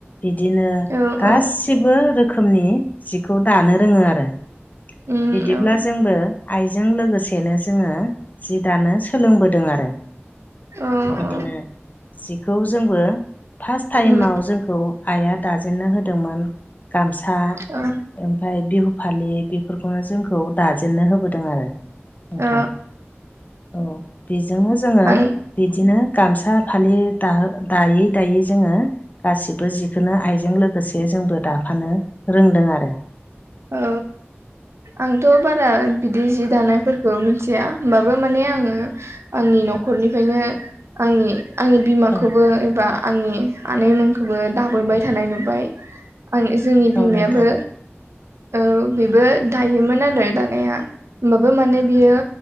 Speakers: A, on the left; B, on the right.
A: बिदिनो
B: औ
A: गासिबो
B: औ
A: रोखोमनि जिखौ दानो रोङो आरो
B: उम
A: बिदिब्ला
B: औ
A: जोंबो आइजों लोगोसेनो जोङो जि दानो सोलोंबोदों आरो
B: अ
A: बिदिनो
B: अ
A: जिखौ जोंबो फार्स्ट टाइमाव
B: उम
A: जोंखौ आइआ दाजेननो होदोंमोन गामसा
B: अ
A: ओमफ्राय बिहु फालि बे बेफोरखौनो जोंखौ दाजेननो होबोदों आरो नोंथां
B: अ
A: औ बेजोंनो जोङो
B: आं
A: बिदिनो गामसा फालि दायै दायै जोङो गासिबो जिखनो आइजों लोगोसे जोंबो दाफानो रोंदों आरो
B: औ आंथ' बारा बिदि जि दानायफोरखौ मिथिया होमबाबो माने आङो आंनि न'खरनिफ्रायनो आंनि आंनि बिमाखौबो
A: औ
B: एबा आंनि आनैमोनुंखौबो दाबोबाय थानाय नुबाय आं जोंनि
A: औ
B: बिमायाबो
A: नोंथां
B: औ बेबो दायोमोन आरो दानाया होमबाबो माने बियो